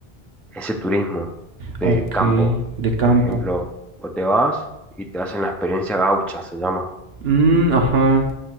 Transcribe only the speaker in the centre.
ese turismo
de campo.
Por ejemplo, vos te vas y te hacen la experiencia gaucha, se llama